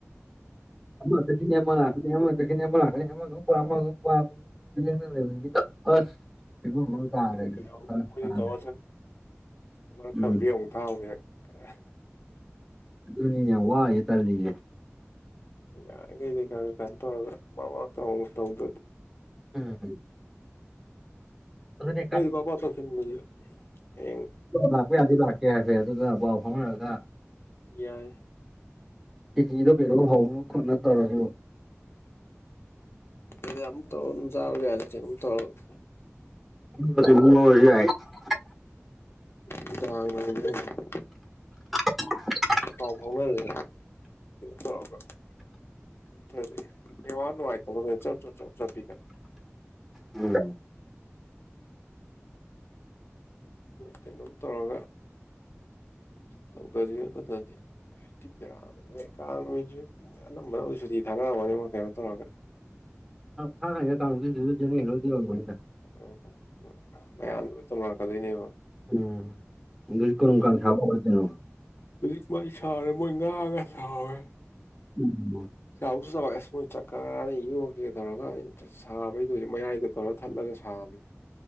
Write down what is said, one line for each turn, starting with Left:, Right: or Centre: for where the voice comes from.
Centre: ꯑꯃ ꯆꯠꯈꯤꯅꯤ ꯑꯃ ꯂꯥꯀꯅꯤ ꯑꯃ ꯆꯠꯈꯤꯅꯤ ꯂꯥꯀꯅꯤ ꯑꯃꯗꯥ ꯑꯃꯨꯛ ꯄꯥꯝ ꯑꯃꯗ ꯑꯃꯨꯛ ꯄꯥꯝ ꯂꯦꯡꯗꯅ ꯂꯩꯕꯁꯤꯗꯤ ꯑꯁ ꯐꯤꯕꯝ ꯑꯃꯥ
Left: ꯑꯩꯈꯣꯏꯗꯤ
Centre: ꯇꯥꯗꯔꯦ ꯑꯩꯗꯤ ꯐꯔꯛ ꯇꯥꯔꯦ
Left: ꯇꯧꯔ ꯃꯔꯛ
Centre: ꯎꯝ
Left: ꯈꯔꯥ ꯕꯔ꯭ꯦꯛ ꯑꯃꯨꯛ ꯊꯔꯨꯔꯦ ꯈꯔꯥ
Centre: ꯑꯗꯨꯅꯤꯅꯦ ꯋꯥꯔꯤꯁꯦ ꯇꯥꯜꯂꯤꯅꯦ
Left: ꯌꯥꯔꯤꯈꯩꯗꯤ ꯈꯔꯒ ꯀꯩꯅ ꯇꯧꯔꯒ ꯃꯃꯔꯛꯇ ꯑꯃ ꯇꯧꯗ꯭ꯔꯗꯤ
Centre: ꯎꯝ ꯑꯗꯨꯅꯦ
Left: ꯑꯈꯣꯏꯗꯤ ꯐꯠ ꯐꯠ ꯇꯧꯁꯤꯟꯅꯤꯡꯕꯅꯤꯅꯥ ꯍꯌꯦꯡ
Centre: ꯂꯥꯛꯄ ꯌꯥꯗꯤ ꯂꯥꯛꯀꯦ ꯍꯥꯏꯐꯦꯠ ꯑꯗꯨꯒ ꯄꯥꯎ ꯐꯥꯎꯅꯔꯒ
Left: ꯌꯥꯏ
Centre: ꯈꯦꯆꯔꯤ ꯗꯣ ꯀꯩꯅꯣꯝ ꯍꯧꯕꯔꯥ ꯈꯣꯠꯅ ꯇꯧꯔꯁꯨ
Left: ꯎꯝ ꯑꯃꯥ ꯇꯧꯔꯒꯥ ꯑꯗꯨꯝ ꯆꯥꯕꯥ ꯌꯥꯏꯗ ꯀꯩꯅꯣꯝ ꯇꯧꯔꯒꯥ
Centre: ꯃꯅꯁꯨ ꯌꯥꯏ <unintelligible>
Left: ꯎ ꯇꯥ <unintelligible>
Centre: <unintelligible> <inaudible>
Left: ꯄꯥꯎ ꯐꯥꯎꯅꯔꯁꯦ ꯇꯧꯔꯒꯥ ꯅꯠꯇꯔꯗꯤ ꯅꯦꯠꯋꯥꯛ ꯅꯨꯉꯥꯏꯇꯦ ꯑꯗ ꯚꯥꯏ ꯆꯞ ꯆꯞ ꯆꯞ ꯆꯞꯄꯤꯗꯥ
Centre: ꯎꯝ
Left: ꯀꯩꯅꯣꯝ ꯇꯧꯔꯒ ꯇꯧꯗꯥꯗꯤ ꯅꯠꯇꯗꯤ ꯊꯤ ꯕꯦꯔꯥꯅꯤ ꯀꯥꯡ ꯅꯨꯃꯤꯠꯁꯨ ꯃꯣꯏ ꯑꯅꯝꯕꯅ ꯁꯨꯇꯤ ꯊꯥꯅꯔꯝꯒꯅꯤ ꯃꯣꯏ ꯀꯩꯅꯣ ꯇꯧꯔꯒ
Centre: ꯇꯥꯒꯅꯤꯗ ꯀꯥꯡ ꯅꯨꯃꯤꯠ ꯇꯤ ꯖꯦꯅꯦꯔꯜ ꯍꯣꯂꯤꯗꯦ ꯑꯣꯏꯔꯝꯒꯅꯤꯗ
Left: ꯑꯣ ꯃꯌꯥꯝ ꯂꯣꯏ ꯇꯧꯅꯔꯛꯀꯗꯣꯏꯅꯦꯕ
Centre: ꯎꯝ ꯑꯗꯨꯗꯤ
Left: ꯁꯨꯇꯤ
Centre: ꯀꯔꯝ ꯀꯥꯟꯗ ꯁꯥꯕ ꯍꯧꯔꯧꯗꯣꯏꯅꯣ
Left: ꯍꯧꯖꯤꯛ ꯃꯥꯏ ꯁꯥꯔꯦ ꯃꯣꯏ ꯉꯥ ꯒꯥ ꯁꯥꯎꯔꯦ
Centre: ꯎꯝ
Left: ꯆꯥꯎꯁꯨ ꯆꯥꯎꯑꯦ ꯃꯣꯏ ꯆꯥꯛꯀꯗꯥ ꯌꯣꯝꯕꯤꯒ ꯇꯧꯔꯒ ꯁꯥꯕꯩꯗꯣ ꯍꯧꯖꯤꯛ ꯃꯌꯥꯏꯗ ꯇꯧꯔ ꯊꯠꯂꯒ ꯁꯥꯕꯅꯤꯕꯥ